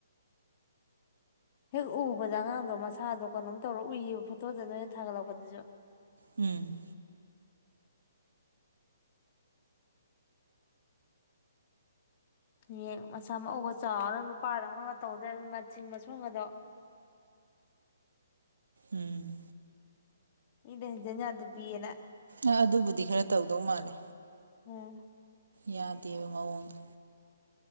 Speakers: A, on the left (about 35°); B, on the right (about 65°).
A: ꯍꯦꯛ ꯎꯕꯗ ꯑꯉꯥꯡꯗꯣ ꯃꯁꯥꯗꯣ ꯀꯩꯅꯣꯝ ꯇꯧꯔꯒ ꯎꯏꯌꯦꯕ ꯐꯣꯇꯣꯗ ꯅꯣꯏꯅ ꯊꯥꯒꯠꯂꯛꯄꯗꯨꯁꯨ
B: ꯎꯝ
A: ꯍꯌꯦꯡ ꯃꯁꯥ ꯃꯎꯒ ꯆꯥꯎꯔ ꯅꯨꯄꯥꯗꯧꯅꯒ ꯇꯧꯗ ꯃꯆꯤꯡ ꯃꯁꯨꯝꯒꯗꯣ
B: ꯎꯝ
A: ꯃꯤꯅ ꯍꯦꯟꯖꯟ ꯌꯥꯗꯕꯤꯅ
B: ꯑ ꯑꯗꯨꯕꯨꯗꯤ ꯈꯔ ꯇꯧꯗꯧ ꯃꯥꯜꯂꯦ
A: ꯎꯝ
B: ꯌꯥꯗꯦꯕ ꯃꯑꯣꯡꯗꫭ